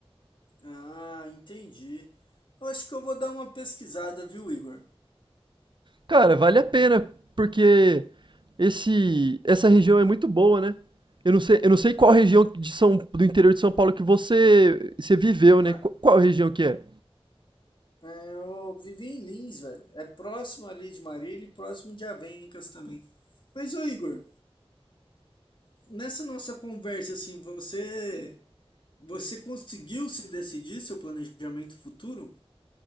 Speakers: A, on the left; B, on the right.
A: Ah, entendi. Eu acho que eu vou dar uma pesquisada, viu, Igor?
B: Cara, vale a pena, porque esse, essa região é muito boa, né? Eu não sei, eu não sei
A: Uhum.
B: qual região de São, do interior de São Paulo que você, você viveu, né?
A: Mas,
B: Qu- Qual, região que é?
A: é, eu vivi em Lins, velho. É próximo ali de Marília e próximo de Avencas também. Mas, ô Igor, nessa nossa conversa, assim, você você conseguiu se decidir seu planejamento futuro?